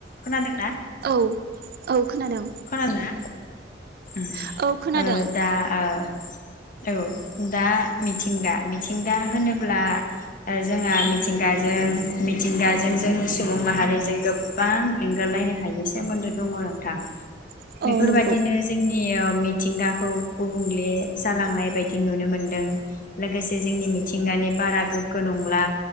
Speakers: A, on the left; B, on the right.
A: खोनादों
B: औ औ खोनादों।
A: खोनादो ना? उम
B: औ खोनादों
A: ओ दा ओ औ दा मिथिंगा मिथिंगा होनोब्ला ओ जोंहा मिथिंगाजों मिथिंगाजों जोंनि सुबुं माहारिजों गोबां एंगारलायनो हायै सोमोन्दो दङ नोंथां।
B: औ
A: बेफोरबादिनो
B: नंगौ
A: जों नि मिथिंगाखौ गुबुंले जालांनाय बायदि नुनो मोनदों लोगोसे जोंनि मिथिंगानि बारा गोग्गो नंला।